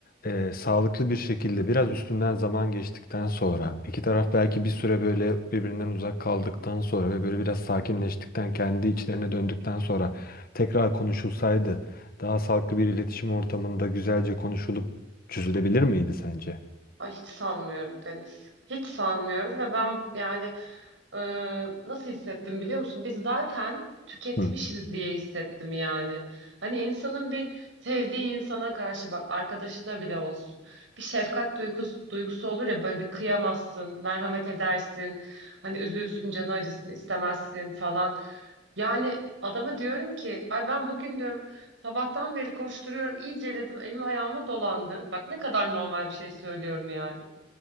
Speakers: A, on the left; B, on the right.
A: e, sağlıklı bir şekilde biraz üstünden zaman geçtikten sonra iki taraf belki bir süre böyle birbirinden uzak kaldıktan sonra ve böyle biraz sakinleştikten kendi içlerine döndükten sonra tekrar konuşulsaydı daha sağlıklı bir iletişim ortamında güzelce konuşulup çözülebilir miydi sence?
B: Ay hiç sanmıyorum Deniz. Hiç sanmıyorum ve ben yani Ee, nasıl hissettim biliyor musun? Biz zaten tüketmişiz
A: Hı.
B: diye hissettim yani. Hani insanın bir sevdiği insana karşı bak arkadaşına bile olsun. Bir şefkat duygusu, duygusu olur ya böyle bir kıyamazsın, merhamet edersin. Hani üzülsün, canı acısın, istemezsin falan. Yani adama diyorum ki ay ben bugün diyorum sabahtan beri koşturuyorum iyice dedim elim ayağıma dolandı. Bak ne kadar normal bir şey söylüyorum yani.